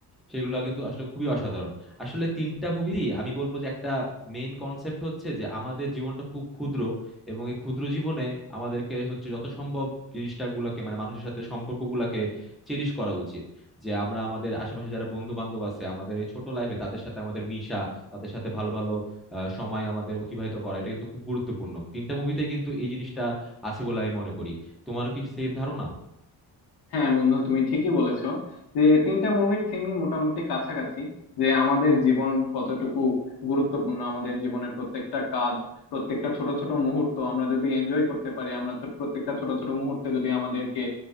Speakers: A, in the centre; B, on the left (about 70°).
A: সেগুলো কিন্তু আসলে খুবই অসাধারণ আসলে তিনটা মুভিরই আমি বলবো যে একটা মেইন কনসেপ্ট হচ্ছে যে আমাদের জীবনটা খুব ক্ষুদ্র এবং এই ক্ষুদ্র জীবনে আমাদেরকে হচ্ছে যত সম্ভব জিনিসটা গুলাকে মানে মানুষের সাথে সম্পর্ক গুলাকে চেরিশ করা উচিত যে আমরা আমাদের আশেপাশে যারা বন্ধু বান্ধব আছে আমাদের এই ছোট লাইফে তাদের সাথে আমাদের মিশা তাদের সাথে ভালো ভালো আহ, সময় আমাদের অতিবাহিত করা এটা কিন্তু খুব গুরুত্বপূর্ণ তিনটা মুভিতে কিন্তু এই জিনিসটা আছে বলে আমি মনে করি তোমারও কি সেম ধারণা
B: হ্যাঁ বন্ধু তুমি ঠিকই বলেছো যে তিনটা মুভির থিমই মোটামুটি কাছাকাছি যে আমাদের জীবন কতটুকু গুরুত্বপূর্ণ আমাদের জীবনের প্রত্যেকটা কাজ প্রত্যেকটা ছোট ছোট মুহূর্ত আমরা যদি এনজয় করতে পারি আমরা ছোট- প্রত্যেকটা ছোট ছোট মুহূর্তে যদি আমাদেরকে